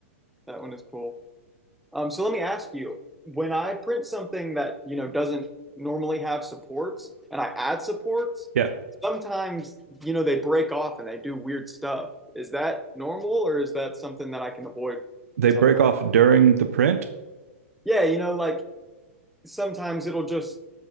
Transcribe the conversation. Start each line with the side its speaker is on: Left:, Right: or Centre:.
Centre: That one is cool. Um, so let me ask you, when I print something that, you know, doesn't normally have supports and I add supports,
Right: Yeah,
Centre: sometimes, you know, they break off and they do weird stuff. Is that normal or is that something that I can avoid
Right: they
Centre: somehow?
Right: break off during the print.
Centre: Yeah, you know, like sometimes it'll just